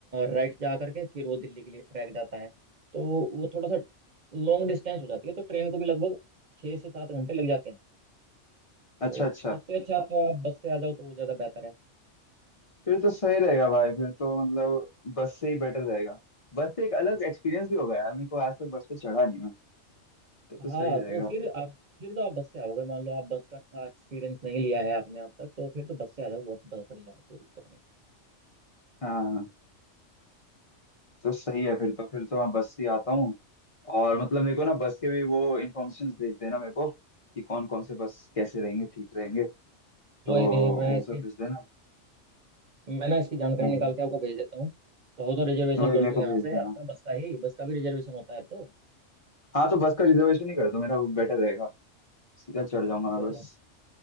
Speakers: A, on the right; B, on the left.
A: राइट जा करके फिर वो दिल्ली के लिए ट्रैक जाता है तो वो थोड़ा सा लॉन्ग डिस्टेंस हो जाती है तो ट्रेन को भी लगभग छः से सात घंटे लग जाते हैं तो
B: अच्छा अच्छा
A: उससे अच्छा तो आप बस से आ जाओ तो वो ज़्यादा बेहतर है
B: फिर तो सही रहेगा भाई फिर तो मतलब बस से ही बेटर रहेगा बस से एक अलग एक्सपीरियंस भी होगा यार मेरे को आज तक बस पे चढ़ा नहीं मैं तो तो
A: हाँ
B: सही रहेगा
A: तो फिर आप फिर तो आप बस से आओ अगर मान लो आप बस का एक्सपीरियंस नहीं लिया है आपने अब तक तो फिर तो बस से आ जाओ बहुत बहुत बढ़िया है कोई दिक्कत नहीं
B: हाँ हाँ, तो सही है फिर तो फिर तो मैं बस से ही आता हूँ और मतलब मेरे को ना बस के भी वो इन्फॉर्मेशन भेज देना मेरे को कि कौन कौन से बस कैसे रहेंगे ठीक रहेंगे तो
A: कोई नहीं मैं
B: वो
A: इसकी
B: सब भेज देना
A: मैं ना इसकी जानकारी
B: हाँ हाँ,
A: निकाल के आपको भेज देता हूँ कहो तो रिजर्वेशन
B: वही
A: कर
B: मेरे
A: दूँ
B: को
A: यहाँ
B: भेज
A: से
B: देना
A: आपका बस का ही बस का भी रिजर्वेशन होता है अब तो
B: हाँ तो बस का रिजर्वेशन ही कर दो मेरा बेटर रहेगा सीधा चढ़ जाऊंगा मैं
A: चलो
B: बस